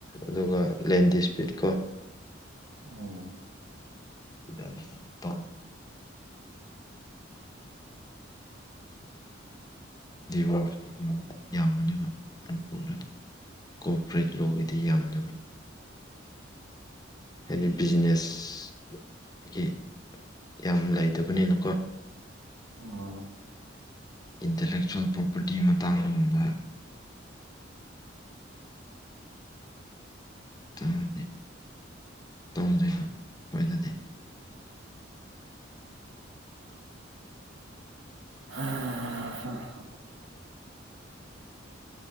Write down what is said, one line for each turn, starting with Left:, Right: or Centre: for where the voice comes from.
Left: ꯑꯗꯨꯒ ꯂꯦꯟ ꯗꯤꯁꯄ꯭ꯌꯨꯠ ꯀꯣ
Right: ꯎꯝ
Left: <unintelligible> ꯗꯤꯚꯣꯔꯁꯀꯤꯒꯨꯝꯕ ꯌꯥꯝꯕꯅꯦꯕ ꯃꯅꯤꯄꯨꯔꯗ ꯀꯣꯄꯔꯦꯠ ꯂꯣꯝꯒꯤꯗꯤ ꯌꯥꯝꯅ꯫ ꯍꯥꯏꯗꯤ ꯕꯤꯖꯤꯅꯦꯁ꯫ ꯒꯤ ꯌꯥꯝ ꯂꯩꯇꯕꯅꯤꯅꯀꯣ꯫
Right: ꯎꯝ
Left: ꯏꯟꯇꯔꯂꯦꯛꯆꯨꯋꯦꯜ ꯄ꯭ꯔꯣꯄꯔꯇꯤ ꯃꯇꯥꯡꯗꯒꯨꯝꯕ꯫ ꯇꯧꯗꯦ ꯇꯧꯗꯦ ꯑꯩꯈꯣꯏꯗꯗꯤ꯫
Right: ꯑꯁ